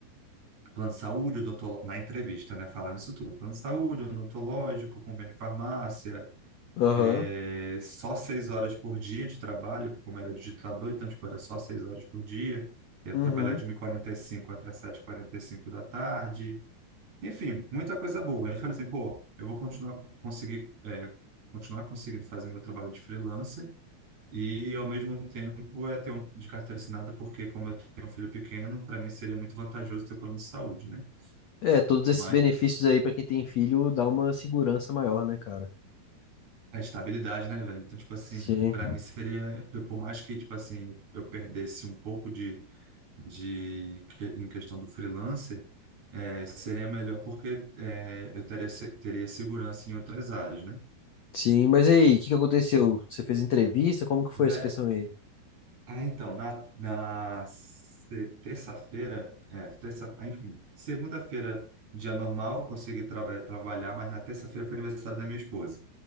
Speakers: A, on the right (about 45°); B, on the left (about 70°).
A: Plano de saúde, odontológico, na entrevista, né? Falando isso tudo. Plano de saúde, odontológico, convênio de farmácia,
B: aham,
A: é, só seis horas por dia de trabalho, como era digitador, então tipo, era só seis horas por dia, ia
B: uhum.
A: trabalhar de uma e quarenta e cinco até sete e quarenta e cinco da tarde, enfim, muita coisa boa. Aí eu falei assim, pô, eu vou continuar conseguir, é, continuar conseguindo fazer meu trabalho de freelancer e ao mesmo tempo é ter um de carteira assinada, porque como eu tenho um filho pequeno, para mim seria muito vantajoso ter o plano de saúde, né?
B: É, todos esses
A: Mas
B: benefícios aí pra quem tem filho dá uma segurança maior, né, cara?
A: a estabilidade, né, velho? Então, tipo assim,
B: Sim.
A: para mim seria, por mais que, tipo assim, eu perdesse um pouco de de que- em questão do freelancer é, seria melhor porque é, eu teria se- teria segurança em outras áreas, né?
B: Sim, mas e aí, o que que aconteceu? Você fez entrevista? Como que foi
A: Ve-
B: essa questão aí?
A: Ah, então, na, na se- terça-feira, é, terça, ah, enfim, segunda-feira, dia normal, consegui tra- eh, trabalhar, mas na terça-feira foi aniversário da minha esposa.